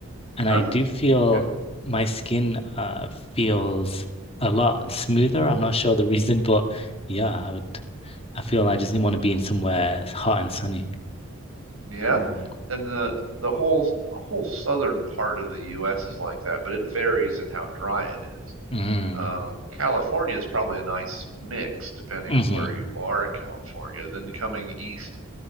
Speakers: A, on the left; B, on the right.
A: And
B: ah,
A: I do feel
B: okay,
A: my skin uh, feels a lot smoother. I'm not sure the <laughs> reason, but yeah, I would. I feel like I just didn't want to be in somewhere hot and sunny.
B: yeah.
A: Mm.
B: And the the whole whole southern part of the U.S. is like that, but it varies in how dry it is.
A: Mm.
B: Um, California is probably a nice mix depending
A: hmm
B: on where you are in California. Then coming east,